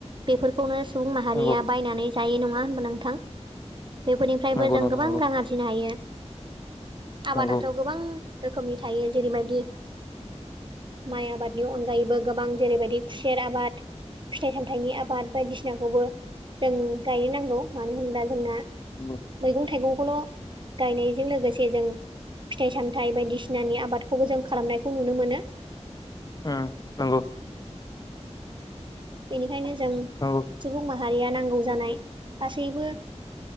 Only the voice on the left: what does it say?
नंगौ
नंगौ
नोंथां
नंगौ
नंगौ
औ
उम नंगौ
औ